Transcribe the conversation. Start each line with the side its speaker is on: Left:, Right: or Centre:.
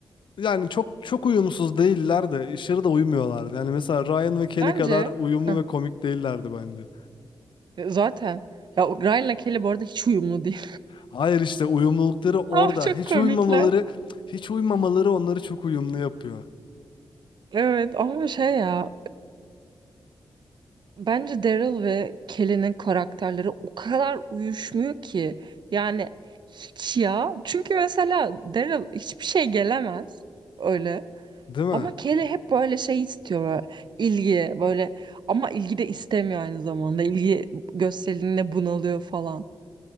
Left: yani çok çok uyumsuz değiller de aşırı da uymuyorlardı. Yani mesela Ryan ve Kelly
Right: Bence
Left: kadar uyumlu
Right: heh,
Left: ve komik değillerdi bence.
Right: zaten ya o Ryan'la Kelly bu arada hiç uyumlu değil.
Left: Hayır işte uyumlulukları
Right: <laughs>
Left: orada.
Right: Ama çok
Left: Hiç
Right: komikler.
Left: uymamaları, hiç uymamaları onları çok uyumlu yapıyor.
Right: Evet ama şey ya Bence Daryl ve Kelly'nin karakterleri o kadar uyuşmuyor ki. Yani hiç ya. Çünkü mesela Daryl hiçbir şey gelemez öyle.
Left: Değil mi?
Right: Ama Kelly hep böyle şey istiyor böyle ilgi böyle ama ilgi de istemiyor aynı zamanda. İlgi gösterildiğinde bunalıyor falan.